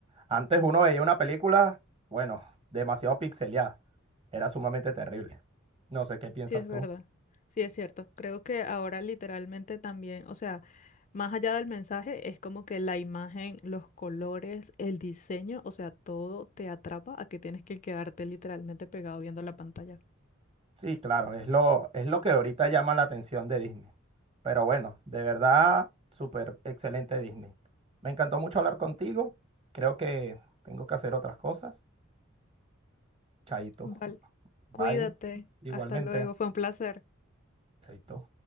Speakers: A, on the right; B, on the left.
A: Antes uno veía una película, bueno, demasiado pixeleada, era sumamente terrible. No sé qué piensas
B: Sí, es
A: tú.
B: verdad. Sí, es cierto. Creo que ahora literalmente también, o sea, más allá del mensaje, es como que la imagen, los colores, el diseño, o sea, todo te atrapa a que tienes que quedarte literalmente pegado viendo la pantalla.
A: Sí, claro, es lo, es lo que ahorita llama la atención de Disney. Pero bueno, de verdad, súper excelente Disney. Me encantó mucho hablar contigo. Creo que tengo que hacer otras cosas. Chaito.
B: Vale. Cuídate.
A: Bye. Igualmente.
B: Hasta luego. Fue un placer.
A: Chaito.